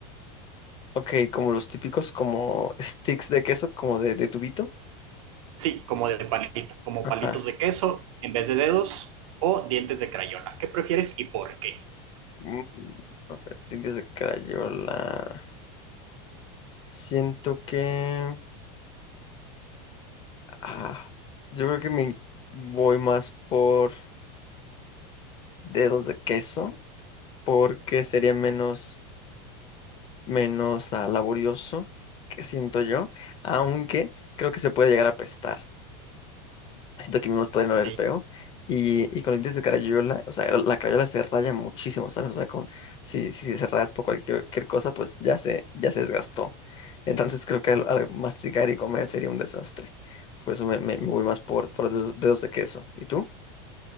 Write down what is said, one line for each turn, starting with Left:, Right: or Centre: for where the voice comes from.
Left: Ok, como los típicos, como sticks de queso, como de, de tubito.
Right: Sí, como de palito, como
Left: Ajá.
Right: palitos de queso en vez de dedos o dientes de crayola. ¿Qué prefieres y por qué?
Left: Mm, a ver, dientes de crayola. Siento que... ah, yo creo que me voy más por dedos de queso, porque sería menos... menos ah, laborioso, que siento yo, aunque creo que se puede llegar a apestar. Siento que mismos pueden oler
Right: Sí.
Left: feo. Y, y con los dientes de carayola, o sea, la, la carayola se raya muchísimo, ¿sabes? O sea, con, si, si se raspa o cualquier, cualquier cosa, pues ya se, ya se desgastó. Entonces creo que al, al masticar y comer sería un desastre. Por eso me, me- me voy más por, por dedos, dedos de queso. ¿Y tú?